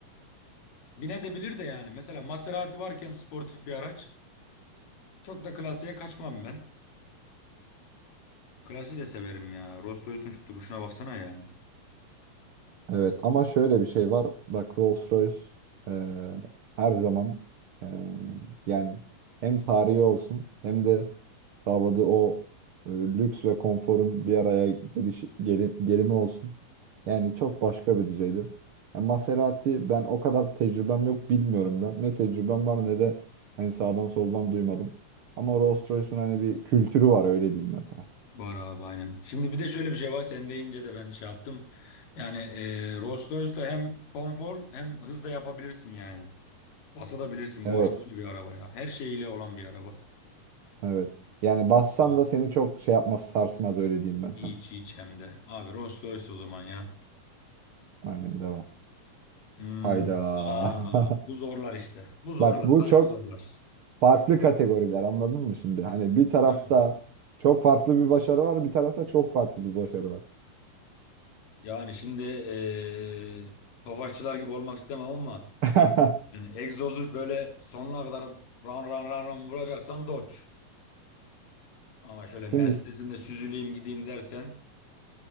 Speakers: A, on the left; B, on the right.
A: binebilir de yani. Mesela Maserati varken sportif bir araç. Çok da klasiğe kaçmam ben. Klasiği de severim ya. Rostoy'sun şu duruşuna baksana ya.
B: Evet ama şöyle bir şey var. Bak Rolls-Royce eee, her zaman eee, yani hem tarihi olsun hem de sağladığı o e, lüks ve konforun bir araya geliş, geri- gelimi olsun. Yani çok başka bir düzeydir. Yani Maserati ben o kadar tecrübem yok bilmiyorum da. Ne tecrübem var ne de hani sağdan soldan duymadım. Ama Rolls-Royce'un hani bir kültürü var öyle diyeyim ben sana.
A: Bahar abi aynen. Şimdi bir de şöyle bir şey var. Sen deyince de ben de şey yaptım. Yani e, Rolls-Royce'da hem konfor hem hız da yapabilirsin yani. Basabilirsin.
B: Evet.
A: Bu araba böyle bir araba ya. Her şeyiyle olan bir araba.
B: Evet. Yani bassan
A: Evet.
B: da seni çok şey yapmaz, sarsmaz öyle diyeyim ben sana.
A: Hiç hiç hem de. Abi Rolls-Royce o zaman ya.
B: Aynen devam.
A: Hmm.
B: Hayda.
A: Ya
B: <laughs>
A: bu zorlar işte. Bu zorlar.
B: Bak bu
A: Harbi
B: çok
A: zorlar.
B: farklı kategoriler anladın mı şimdi? Hani bir tarafta
A: Yani,
B: çok farklı bir başarı var, bir tarafta çok farklı bir başarı var.
A: yani şimdi e, Tofaşçılar gibi olmak istemem ama
B: <laughs>
A: Yani egzozu böyle sonuna kadar ran ran ran ran vuracaksan Dodge. Ama şöyle Mercedes'imle
B: Şimdi
A: süzüleyim gideyim dersen